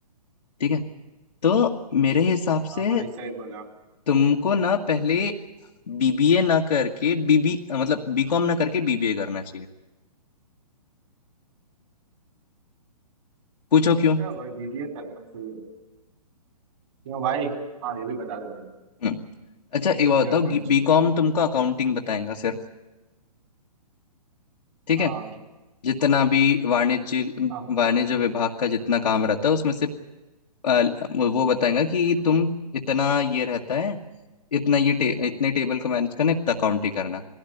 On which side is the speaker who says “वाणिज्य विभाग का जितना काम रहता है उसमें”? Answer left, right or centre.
Left